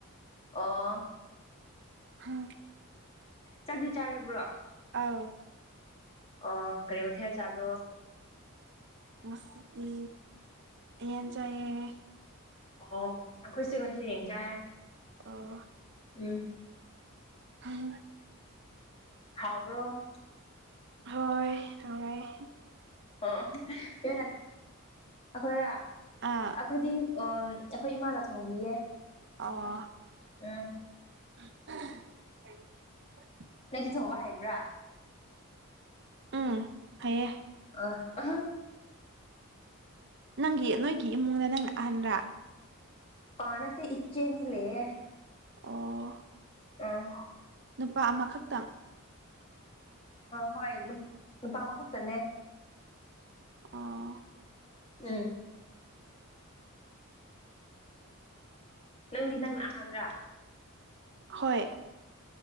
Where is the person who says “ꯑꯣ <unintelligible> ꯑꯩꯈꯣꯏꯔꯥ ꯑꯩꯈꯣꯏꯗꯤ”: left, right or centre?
Left